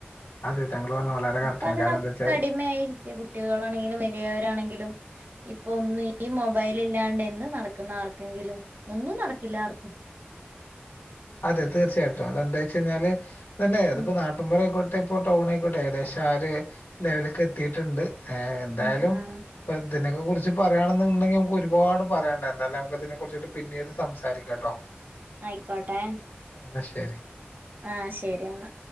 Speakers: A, on the left; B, on the right.
A: അതെ താങ്കൾ പറഞ്ഞത് വളരെ കറക്റ്റാണ്
B: ഇപ്പൊ അതിനോക്കെടിമയായി.
A: കാരണം എന്താ വെച്ചാൽ
B: കുട്ടികളാണെങ്കിലും വലിയവരാണെങ്കിലും. ഇപ്പൊ ഒന്നും ഈ മൊബൈൽ ഇല്ലാണ്ട് എന്ത് നടക്കുന്ന ആർക്കെങ്കിലും ഒന്നും നടക്കില്ല ആർക്കും.
A: അതെ തീർച്ചയായിട്ടും അതെന്താ വെച്ച് കഴിഞ്ഞാൽ പിന്നെ അതിപ്പോ
B: ഉം
A: നാ നാട്ടിൻ പുറം ആയിക്കോട്ടെ ഇപ്പൊ ടൗൺ ആയിക്കോട്ടെ ഏകദേശം ആര് ലെവലിക്ക് എത്തിയിട്ടുണ്ട്. ഏഹ് എന്തായാലും.
B: ഉം ഉം
A: ഇപ്പൊ ഇതിനെക്കെ കുറിച്ച് പറയാണെന്നുണ്ടെങ്കിൽ നമുക്ക് ഒരുപാട് പറയാണ്ട് എാന്തായാലും നമ്മക്ക് ഇതിനെ കുറിച്ച് പിന്നീട് സംസാരിക്കാം കേട്ടോ?
B: ആയിക്കോട്ടെ?
A: എന്ന ശരി.
B: ആഹ് ശരി എന്നാ.